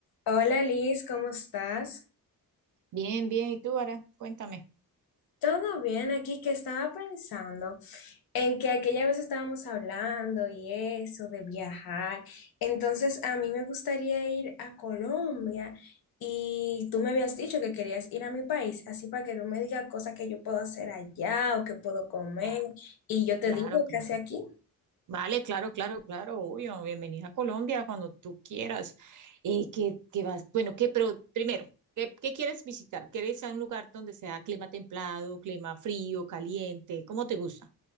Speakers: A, on the left (about 80°); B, on the right (about 60°).
A: Hola Liz, ¿cómo estás?
B: Bien, bien. ¿Y tú, Ara? Cuéntame.
A: Todo bien, aquí que estaba pensando en que aquella vez estábamos hablando y eso de viajar. Entonces a mí me gustaría ir a Colombia y tú me habías dicho que querías ir a mi país, así para que tú me digas cosas que yo puedo hacer allá o que puedo comer
B: Ah,
A: y yo te
B: Claro,
A: digo
B: claro.
A: qué hace aquí.
B: Vale, claro, claro, claro, obvio. Bienvenida a Colombia cuando tú quieras. Eh, ¿qué, qué vas? Bueno, ¿qué? Pero primero, ¿qué, qué quieres visitar? ¿Quieres a un lugar donde sea clima templado, clima frío, caliente? ¿Cómo te gusta?